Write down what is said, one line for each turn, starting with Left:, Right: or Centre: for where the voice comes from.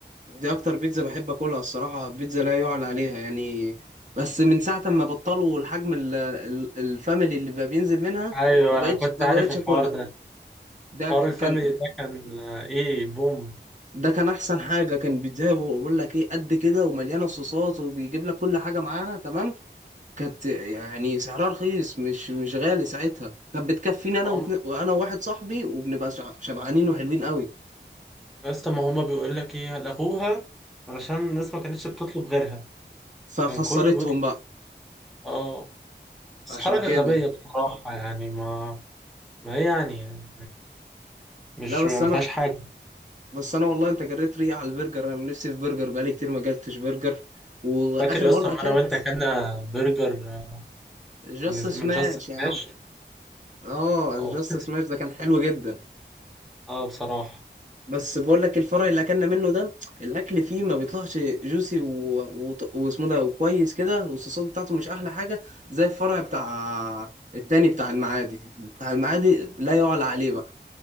Right: دي اكتر بيتزا بحب اكلها الصراحه بيتزا لا يعلى عليها يعني بس من ساعه ما بطلوا الحجم ال- ال- الفاميلي اللي بقى بينزل منها
Centre: ايوه
Right: ما بقتش
Centre: انا كنت
Right: ما
Centre: عارف
Right: بقتش
Centre: الحوار
Right: اكلها
Centre: ده
Right: ده
Centre: حوار
Right: ك-
Centre: الفاميلي
Right: كان
Centre: ده كان آه، ايه بوم
Right: ده كان احسن حاجه كان بيتزا بقول لك ايه قد كده ومليانه صوصات وبيجيب لك كل حاجه معاها تمام كانت يعني سعرها رخيص مش مش غالي ساعتها كانت بتكفيني انا
Centre: ما
Right: واتنين-
Centre: هم
Right: وانا وواحد صاحبي وبنبقى شع- شبعانين وحلوين قوي
Centre: يا اسطى ما هم بيقول لك ايه لغوها علشان الناس ما كانتش بتطلب غيرها
Right: فخسرتهم
Centre: كان كله بيطلب
Right: بقى
Centre: اه بس
Right: عشان
Centre: حركة
Right: كده
Centre: غبية بصراحة يعني ما ما ايه يعني يعني مش
Right: لا بس
Centre: ما
Right: انا
Centre: فيهاش حاجة
Right: بس انا والله انت جريت ريقي على البرجر انا نفسي في برجر بقالي كتير ما اكلتش برجر واخر
Centre: فاكر يا
Right: مره
Centre: اسطى أما
Right: اكلت
Centre: انا وانت كنا برجر آه،
Right: جاست
Centre: من
Right: سماش
Centre: من جاست سماش
Right: يا عم اه
Centre: اه
Right: جاست سماش ده كان حلو جدا
Centre: اه بصراحة
Right: بس بقول لك الفرع اللي اكلنا منه ده الاكل فيه ما بيطلعش جوسي و... و... واسمه ده وكويس كده والصوصات بتاعته مش احلى حاجه زي الفرع بتاع التاني بتاع المعادي بتاع المعادي لا يعلى عليه